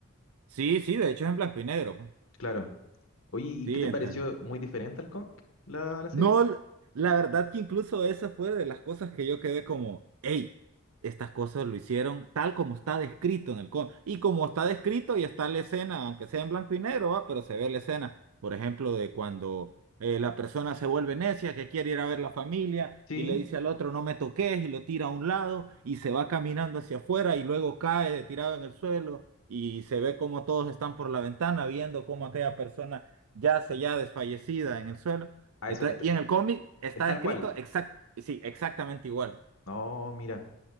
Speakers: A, on the right; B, on the left.
A: Sí, sí, de hecho es en blanco y negro. pues.
B: Claro. Oye, ¿y
A: Sí,
B: qué te
A: entonces.
B: pareció muy diferente al cómic, la, la serie?
A: No, l- la verdad que incluso esa fue de las cosas que yo quedé como, hey, estas cosas lo hicieron tal como está descrito en el cómic. Y como está descrito y está la escena, aunque sea en blanco y negro, va, pero se ve la escena, por ejemplo, de cuando eh, la persona se vuelve necia, que quiere ir a ver la familia
B: Sí.
A: y le dice al otro, no me toques, y lo tira a un lado y se va caminando hacia afuera y luego cae tirado en el suelo y se ve como todos están por la ventana viendo cómo aquella persona yace ya desfallecida en el suelo.
B: Ah,
A: Entonces,
B: eso, este-
A: y en el cómic está
B: es tal
A: escrito
B: cual.
A: exact, sí, exactamente igual.
B: No, mira,